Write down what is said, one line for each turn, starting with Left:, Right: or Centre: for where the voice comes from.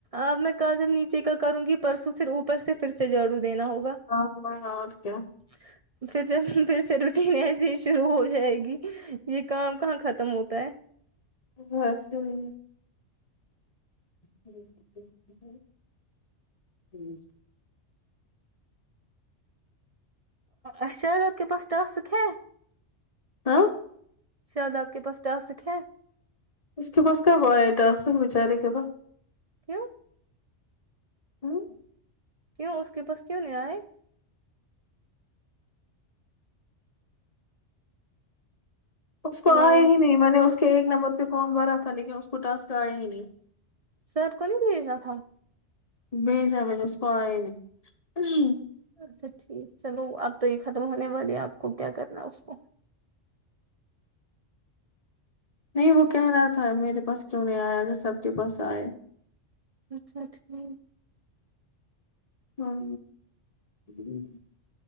Right: اب میں کل جب نیچے کا کروں گی پرسوں پھر اوپر سے پھر سے جھاڑو دینا ہوگا
Left: آپ سناؤ اور کیا
Right: <inaudible> پھر جب پھر سے روٹین ایسے ہی شروع ہو جائے گی یہ کام کہاں ختم ہوتا ہے
Left: بس یہی <unintelligible>
Right: اچھا آج آپ کے پاس ٹاسک ہے
Left: ہاں
Right: شاید آپ کے پاس ٹاسک ہے
Left: اس کے پاس کب آیا ٹاسک بچارے کے پاس
Right: کیوں
Left: ہوں
Right: کیوں اس کے پاس کیوں نہیں آئے
Left: اس کو
Right: ہلو
Left: آئے ہی نہیں میں نے اس کے ایک نمبر پہ فارم بھرا تھا لیکن اس کو ٹاسک آئے ہی نہیں
Right: سر کو نہیں بھیجنا تھا
Left: بھیجا میں نے اس کو آیا نہیں
Right: اچھا ٹھیک چلو اب تو یہ ختم ہونے والی آپ کو کیا کرنا ہے اس کو
Left: نہیں وہ کہہ رہا تھا میرے پاس کیوں نہیں آیا اگر سب کے پاس آئے
Right: اچھا ٹھیک
Left: ہاں <unintelligible>